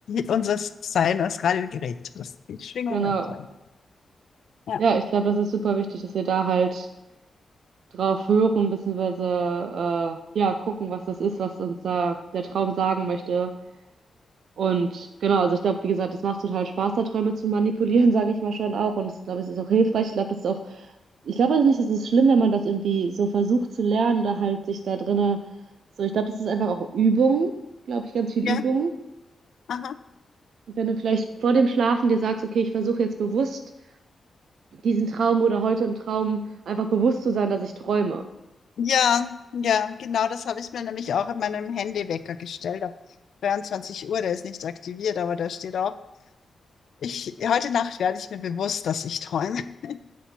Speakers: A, on the left; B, on the right.
A: unser Sein als Radiogerät, das die Schwingungen
B: genau.
A: sein. Ja,
B: Ja, ich glaube, das ist super wichtig, dass wir da halt drauf hören, beziehungsweise äh, ja, gucken, was das ist, was uns da der Traum sagen möchte. Und genau, also ich glaube, wie gesagt, es macht total Spaß, da Träume zu manipulieren, <laughs> sage ich mal schon auch. Und ich glaube, es ist auch hilfreich. Ich glaube, das ist auch, ich glaube auch nicht, es ist schlimm, wenn man das irgendwie so versucht zu lernen, da halt sich da drinne, so, ich glaube, das ist einfach auch Übung, glaube ich, ganz viel Übung.
A: ja, aha.
B: Wenn du vielleicht vor dem Schlafen dir sagst, okay, ich versuche jetzt bewusst diesen Traum oder heute im Traum einfach bewusst zu sein, dass ich träume.
A: Ja, ja, genau, das habe ich mir nämlich auch in meinem Handywecker gestellt. Ab 23 Uhr, der ist nicht aktiviert, aber da steht auch, ich, heute Nacht werde ich mir bewusst, dass ich träume. <laughs>